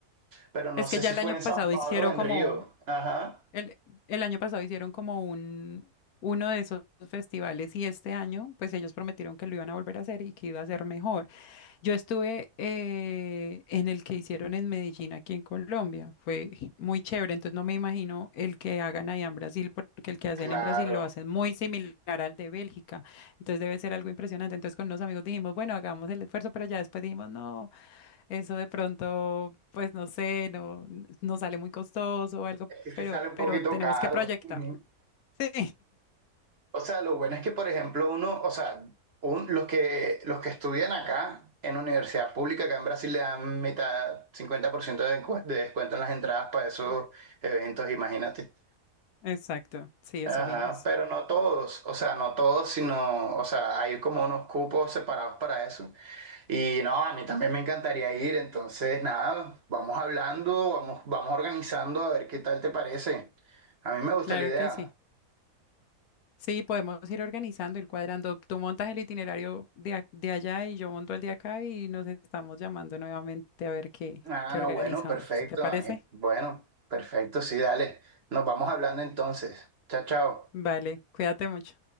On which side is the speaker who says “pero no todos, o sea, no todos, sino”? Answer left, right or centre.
Right